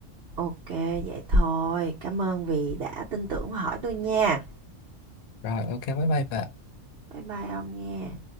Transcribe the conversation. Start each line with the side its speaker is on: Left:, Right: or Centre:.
Right: Ok, vậy thôi. Cảm ơn vì đã tin tưởng và hỏi tôi nha.
Left: rồi ok bye bye bà
Right: Bye bye ông nha.